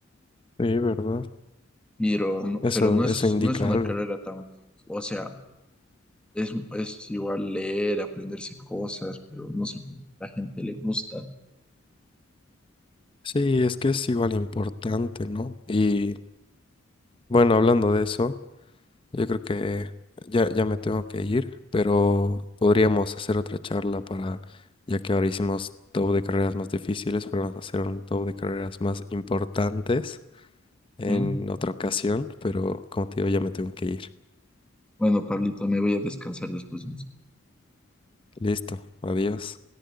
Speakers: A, on the left (about 25°); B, in the centre.
A: sí, ¿verdad?
B: pero, no-
A: Eso,
B: pero no es,
A: eso indica
B: no es una
A: algo.
B: carrera tan, o sea, es, es igual leer, aprenderse cosas, pero no sé, la gente le gusta.
A: Sí, es que es igual importante, ¿no? Y bueno, hablando de eso. Yo creo que ya, ya me tengo que ir, pero podríamos hacer otra charla para, ya que ahora hicimos top de carreras más difíciles, podemos hacer un top de carreras más importantes en
B: ¿no?
A: otra ocasión, pero como te digo, ya me tengo que ir.
B: Bueno, Pablito, me voy a descansar después de esto.
A: Listo, adiós.